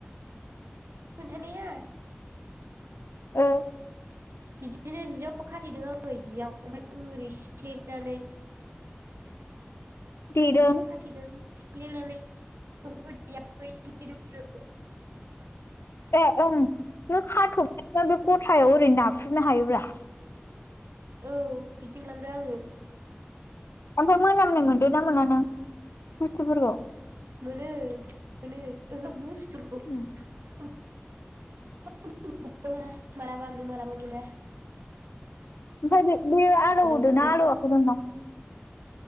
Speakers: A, on the right (about 75°); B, on the left (about 80°).
A: खोनथानाया?
B: औ
A: बिदिनो जियाव खाथेदों आङो जियाव ओमफाय ओरै सिफ्लेनानै
B: देदों
A: जियाव खाथेदों । सिफ्लेनानै ओहो देयाखै सिफ्लेदोंसो ।
B: ए ओं नों खाथब <unintelligible> बे ग'थायाव ओरै नाख्रुबनो हायोब्रा ।
A: औ बिदिनो खालामदों आङो।
B: ओमफाय मोनामनाय मोनदों ना मोना नों बुस्थुफोरखौ?
A: मोनो मोनो । ओहो बुस <unintelligible>
B: उम,
A: <unintelligible> मालाबा मोनो मालाबा मोना ।
B: ओमफाय बे बे आलौहोदों
A: ओमफ्राय
B: ना आलौवाखैमोन नोंनाव?